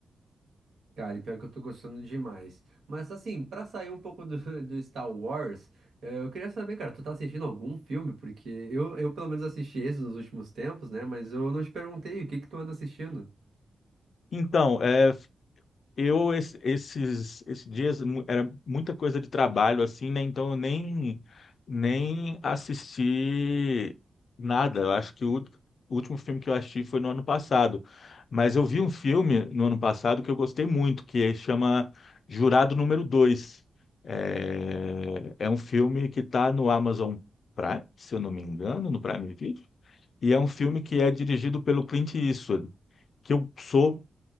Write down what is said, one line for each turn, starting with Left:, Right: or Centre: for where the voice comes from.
Right: Cara, e pior que eu tô gostando demais. Mas assim, pra sair um pouco do, <laughs> do Star Wars, eh, eu queria saber, cara, tu tá assistindo algum filme? Porque eu, eu pelo menos assisti esses nos últimos tempos, né? Mas eu não te perguntei o que que tu anda assistindo.
Left: Então, é Eu, es- esses, esses dias, mu- era muita coisa de trabalho, assim, né? Então, eu nem, nem assisti nada. Eu acho que o, ult- o último filme que eu assisti foi no ano passado. Mas eu vi um filme no ano passado que eu gostei muito, que chama Jurado Número dois É, é um filme que está no Amazon Prime, se eu não me engano, no Prime Video. E é um filme que é dirigido pelo Clint Eastwood, que eu sou